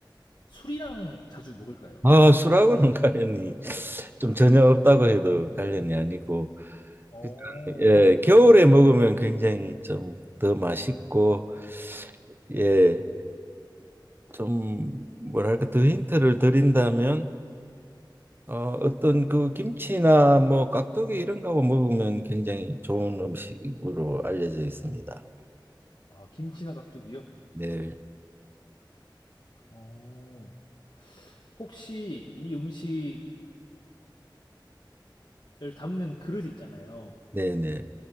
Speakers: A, on the left; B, on the right.
A: 술이랑 자주 먹을까요?
B: 아, 술하고는 <laughs> 관련이 좀 전혀 없다고 해도 관련이 아니고
A: 어,
B: 그냥, 예, 겨울에 먹으면 굉장히 좀 더 맛있고 예, 좀 뭐랄까 더 힌트를 드린다면 어, 어떤 그 김치나 뭐 깍두기 이런 거하고 먹으면 굉장히 좋은 음식으로 알려져 있습니다.
A: 아, 김치나 깍두기요?
B: 네,
A: 어, 혹시 이 음식에 를 담는 그릇 있잖아요.
B: 네, 네.